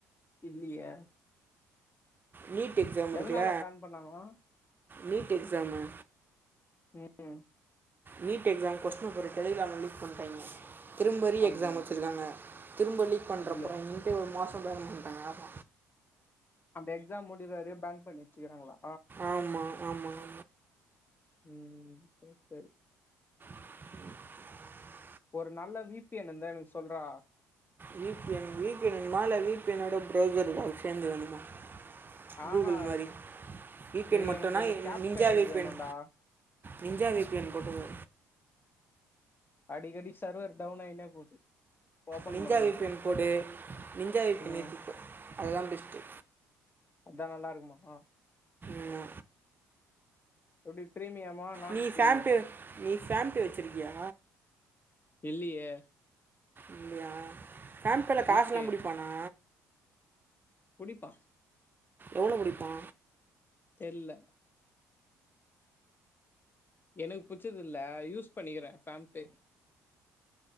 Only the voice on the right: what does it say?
நீட் எக்ஸாம் இருக்குல
நீட் எக்ஸாமு
நீட்க்ஸாம் கொஸ்டின் போர் டலிகிராமில்லீ் பண்ணிட்டா்ங்க திரும்ப ரீ
எக்ஸாம் வச்சுருக்காங்க திரும்ப லக் பண்ணுறப்புறம்
இங்கிட்டே ஒரு மாதம் வேர மாண்ணாங்க ஆான்
ஆமாம் ஆமாம்
ம்
V P N V P N வேணுமா இல்ல வி பி என்விட ப்ரௌசர் சேந்து வேணுமா
கூகுள் மாரி வி பி
என் மட்டும்னா
நிஞ்சா
வி
பி என் நிஞ்சா வி பி என் போட்டுகோ
நிஞ்சா
வி பி என் போடு நிஞ்சா வி பி
என் ஏத்திகோ அதுதா பெஸ்ட்டு
ஆமா
நீ
ஃபேம்பே நீ ஃபேம் பே வெச்சுருக்கியா
இல்லியா ஃபேம் பேல
காசுலா புடிப்பானா
எவ்ளோ புடிப்பா